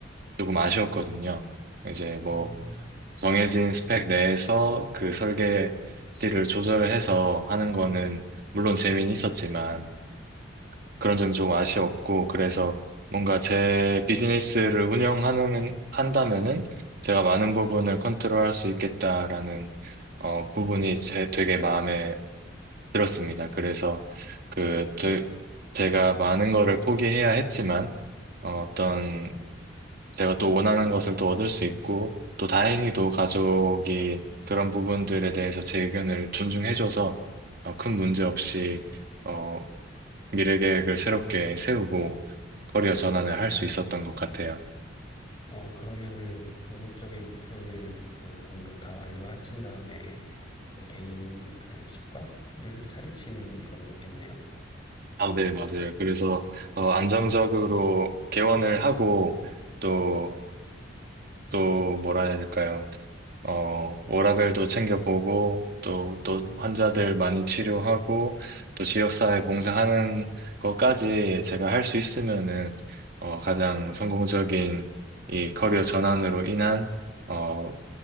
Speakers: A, on the right; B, on the left.
A: 조금 아쉬웠거든요. 이제 뭐,
B: 음.
A: 정해진 스펙 내에서 그 설계치를 조절해서 하는 거는 물론 재미는 있었지만, 그런 점이 조금 아쉬웠고, 그래서 뭔가 제 비즈니스를 운영하는, 한다면은 제가 많은 부분을 컨트롤할 수 있겠다라는, 어, 부분이 제 되게 마음에 들었습니다. 그래서 그, 제- 제가 많은 거를 포기해야 했지만, 어, 떤 제가 또 원하는 것을 또 얻을 수 있고, 또 다행히도 가족이 그런 부분들에 대해서 제 의견을 존중해줘서, 어, 큰 문제 없이, 어, 미래 계획을 새롭게 세우고, 커리어 전환을 할 수 있었던 것 같아요.
B: 어, 그러면은 궁극적인 목표는 그 공부 다 완료하신 다음에 그 개인 그런 치과를 차리시는 거겠네요.
A: 아, 네, 맞아요. 그래서, 어, 안정적으로 개원을 하고, 또, 또, 뭐라 해야 될까요? 어, 워라밸도 챙겨보고, 또, 또,
B: 음,
A: 환자들 많이 치료하고, 또, 지역사회 봉사하는 것까지 제가 할 수 있으면은, 어, 가장 성공적인 이 커리어 전환으로 인한, 어,